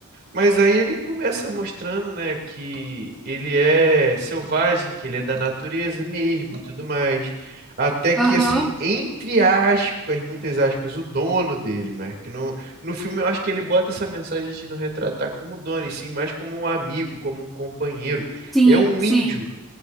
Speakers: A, on the right (about 50°); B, in the centre.
A: Mas aí ele começa mostrando, né, que ele é selvagem, que ele é da natureza mesmo e tudo mais. Até que,
B: Aham.
A: assim, entre aspas, muitas aspas, o dono dele, mas que no, no filme eu acho que ele bota essa mensagem de não retratar como dono, e sim mais como um amigo, como um companheiro.
B: Sim,
A: É um
B: sim.
A: índio,